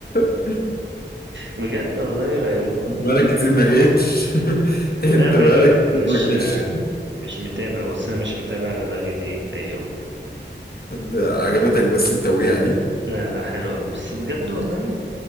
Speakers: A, on the left (about 55°); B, on the right (about 80°).
A: <laughs>
B: بجد والله غيروها
A: كنت بقالك كتير ما جيتش <laughs> أنت
B: لا باجي
A: بقالك
B: بس
A: كتير
B: مش
A: ما جيتش
B: مش متابع بص انا مش متابع لدرجة ايه ايوه
A: طب عجبتك بس التوقيعة دي
B: لا لا حلوة بس بجد والله